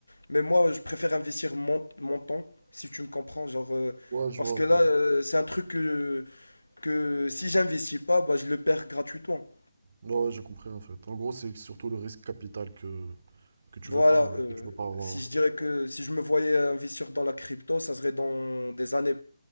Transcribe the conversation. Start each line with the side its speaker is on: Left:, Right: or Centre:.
Left: Mais moi, je préfère investir mon, mon temps, si tu me comprends. Genre, euh,
Right: Ouais, je
Left: parce
Right: vois,
Left: que là,
Right: je vois.
Left: euh, c'est un truc que, que si j'investis pas, bah, je le perds gratuitement.
Right: Ouais, ouais, j'ai compris en fait. En gros, c'est surtout le risque capital que, que tu
Left: Voilà.
Right: veux pas, euh,
Left: euh,
Right: que tu veux pas avoir
Left: si
Right: là.
Left: je dirais que si je me voyais investir dans la crypto, ça serait dans des années